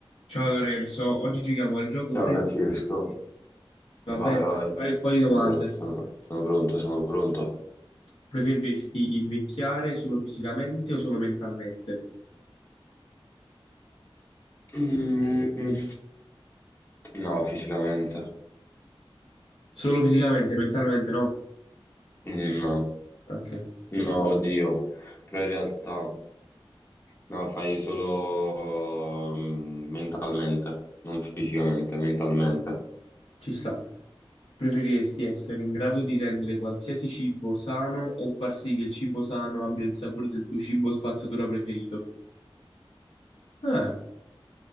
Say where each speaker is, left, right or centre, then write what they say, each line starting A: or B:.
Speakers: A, on the left; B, on the left.
A: Ciao Lorenzo, oggi giochiamo al gioco
B: Ciao
A: preferiresti.
B: Francesco,
A: Va
B: vai
A: bene, ti
B: vai,
A: faccio fare un po' di domande.
B: sono, pr- sono- sono pronto, sono pronto.
A: Preferiresti invecchiare solo fisicamente o solo mentalmente?
B: Mm, no, fisicamente,
A: Solo fisicamente, mentalmente no?
B: no,
A: Ok,
B: no, oddio, però in realtà no, fai solo mm, mentalmente, non fisicamente, mentalmente.
A: ci sta. Preferiresti essere in grado di rendere qualsiasi cibo sano o far sì che il cibo sano abbia il sapore del tuo cibo spazzatura preferito? Ah,